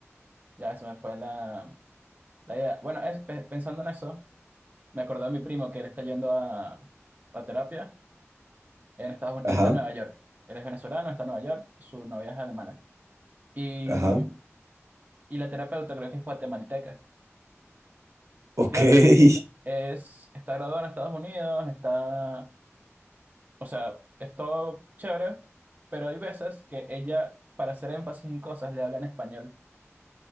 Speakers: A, on the right (about 35°); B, on the right (about 85°).
A: ya se me fue la, la idea. Bueno, es, pe- pensando en eso, me acordé de mi primo que él está yendo a, a terapia en Estados Unidos.
B: Ajá,
A: Él está en Nueva York. Él es venezolano, está en Nueva York, su novia es alemana. Y,
B: ajá.
A: y la terapeuta creo que es guatemalteca.
B: Ok.
A: Y claro,
B: <laughs>
A: es, está graduado en Estados Unidos, está O sea, es todo chévere, pero hay veces que ella, para hacer énfasis en cosas, le habla en español.